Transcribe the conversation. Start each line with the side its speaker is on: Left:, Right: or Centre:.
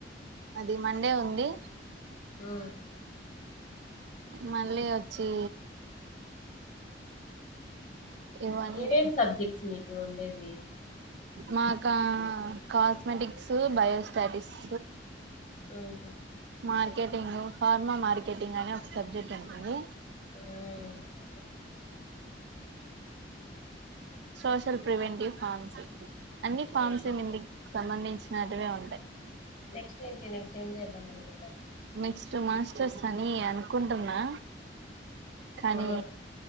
Right: అది మండే ఉంది.
Left: ఉమ్
Right: మళ్ళీ వచ్చి ఇవ్వన్నీ
Left: ఏమేం సబ్జెక్ట్స్ మీకు ఉండేవి
Right: మాకా కాస్మెటిక్స్ బయోస్టాటిక్స్
Left: మ్
Right: మార్కెటింగ్ ఫార్మా మార్ ర్కెటింగ్ అనే ఒక సబ్జెక్ట్ ఉంటుంది.
Left: మ్
Right: సోషల్ ప్రివెంటివ్ ఫామ్స్ అన్ని ఫార్మ్స్
Left: సోషల్
Right: <inaudible> సంబంధించిన ఆటివే ఉంటయి
Left: నెక్స్ట్ ఏంటి నెక్ట్ ఏం చేద్దాం మన <inaudible>
Right: నెక్స్ట్ మాస్టర్స్ అని అనుకుంటున్నా కానీ
Left: ఆ